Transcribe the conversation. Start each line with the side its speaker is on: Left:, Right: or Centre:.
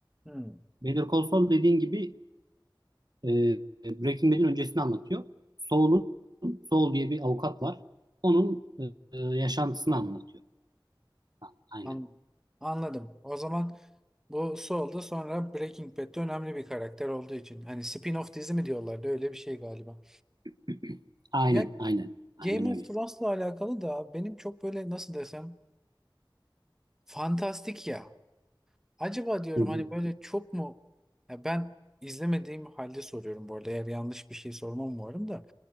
Centre: Hmm,
Right: Better Call Saul dediğin gibi e, Breaking Bad'in öncesini anlatıyor. Saul'un Saul diye bir avukat var. Onun e, e, yaşantısını anlatıyor. Ha, Aynen.
Centre: an- anladım. O zaman Bu Saul da sonra Breaking Bad'de önemli bir karakter olduğu için. Hani spin-off dizi mi diyorlardı öyle bir şey galiba.
Right: <clears throat> Aynen,
Centre: Ya
Right: aynen. Aynen
Centre: Game
Right: öyle.
Centre: of Thrones'la alakalı da benim çok böyle nasıl desem fantastik ya. Acaba diyorum
Right: Hı hı.
Centre: hani böyle çok mu ya ben izlemediğim halde soruyorum bu arada eğer yanlış bir şey sormam umarım da.